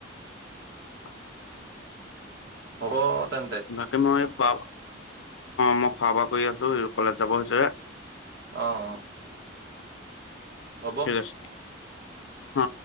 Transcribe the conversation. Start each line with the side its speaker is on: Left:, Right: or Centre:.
Left: অ <inaudible>
Right: হ'ব। তেন্তে
Left: বাকি মই। অ, মই খোৱা বোৱা কৰি আছো কলেজ যাব হৈছে।
Right: অ অ। হ'ব
Left: ঠিক আছে অ।